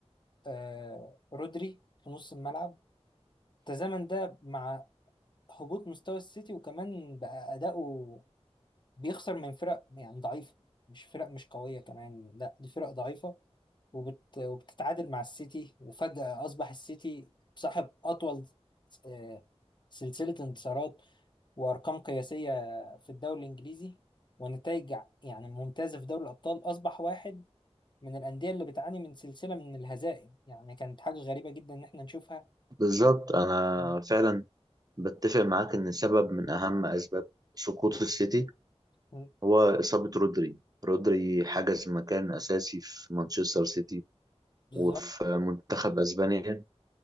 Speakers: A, on the left; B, on the right.
A: آه، رودري في نص الملعب تزامن ده مع هبوط مستوى السيتي وكمان بقى أداؤه بيخسر من فرق يعني ضعيفة مش فرق مش قوية كمان لا دي فرق ضعيفة وبت... وبتتعادل مع السيتي وفجأة أصبح السيتي صاحب أطول آه، سلسلة انتصارات وأرقام قياسية في الدوري الإنجليزي ونتائج يعني ممتازة في دوري الأبطال أصبح واحد من الأندية اللي بتعاني من سلسلة من الهزائم يعني كانت حاجة غريبة جدا إن إحنا نشوفها
B: بالظبط أنا
A: م-
B: فعلا بتفق معاك إن سبب من أهم أسباب سقوط السيتي
A: م-
B: هو إصابة رودري رودري حجز مكان أساسي في مانشستر سيتي
A: بالظبط
B: وفي منتخب أسبانيا